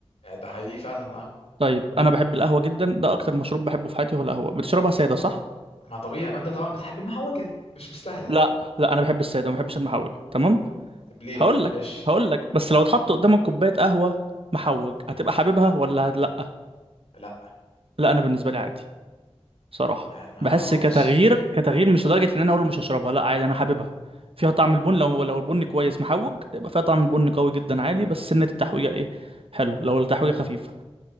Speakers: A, on the left; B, on the right.
A: ده حقيقي فعلا ما
B: طيب انا بحب القهوة جدا ده اكتر مشروب بحبه في حياتي هو القهوة بتشربها سادة صح
A: ما طبيعي ما انت طبعا بتحب المحوجه مش مستاهله يعني
B: لا لا انا بحب السادة ما بحبش المحوج تمام
A: طب ليه
B: هقول
A: بقى
B: لك
A: ماشي
B: هقول لك بس لو اتحط قدامك كوباية قهوة محوج هتبقى حاببها ولا لا
A: لا
B: لا انا بالنسبة لي عادي صراحة
A: آه، ما
B: بحس
A: ما- ما-
B: كتغيير
A: بص
B: كتغيير مش لدرجة ان انا اقول له مش هشربها لا عادي انا حاببها فيها طعم البن لو لو البن كويس محوج يبقى فيها طعم البن قوي جدا عادي بس سنة التحويجة ايه حلوة لو التحويجة خفيفة